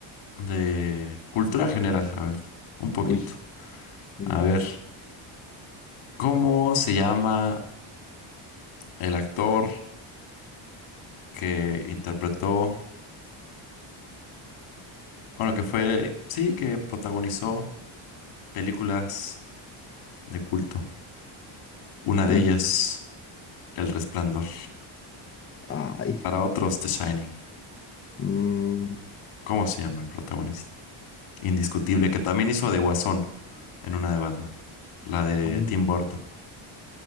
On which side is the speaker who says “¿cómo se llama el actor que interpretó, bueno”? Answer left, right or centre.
Left